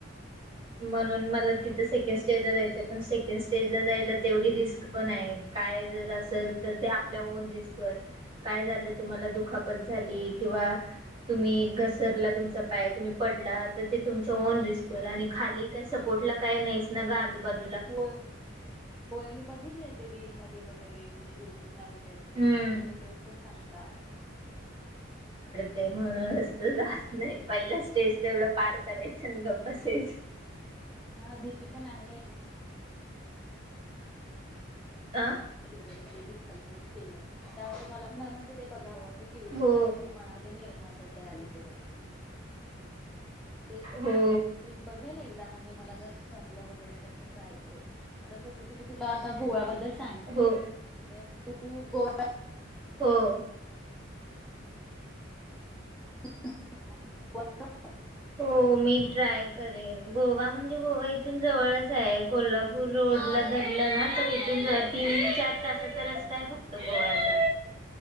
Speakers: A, on the right (about 25°); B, in the centre.
A: म्हणून मला तिथं सेकंड स्टेजला जायचं आहे! पण सेकंड स्टेजला जायला तेवढी रिस्क पण आहे काय जर असेल तर ते आपल्या ओन रिस्कवर काय झालं तुम्हाला दुखापत झाली किंवा तुम्ही घसरला तुमचा पाय तुम्ही पडला तर ते तुमच्या ओन रिस्कवर आणि खाली काही सपोर्ट ला काय नाहीच न ग आजूबाजू
B: होय- होय मी बघितलय ते रीलमध्ये वगैरे- म्हणजे युटूब- वगैरे
A: हम्म
B: सगळे लोकं सांगतात-
A: ते म्हणूनच.
B: हा
A: नाही पहिला स्टेज- तेवढं पार करायचं न गप बसायचं.
B: हा भीती पण आहे.
A: आं?
B: <unintelligible> त्यामुळे मला पण ते बघावं की वृत्ती
A: हो
B: मनामध्ये निर्माण होत आहे अलीकड. तेच
A: हो
B: मी बघेन एकदा म्हण- मला जर जमलं वगैरे तर मी ट्राय करेन जसं की मी आता तुला गोवा बद्दल सांगितलं,
A: हो
B: तर तू गोव्या
A: हो.
B: <inaudible>
A: हो -मी ट्राय करेन गोवा म्हणजे गोवा इथून जवळच आहे. कोल्हापूर रोडला धरलं ना- तर इथून तीन चार तासाचा रस्ता आहे फक्त गोव्याचा.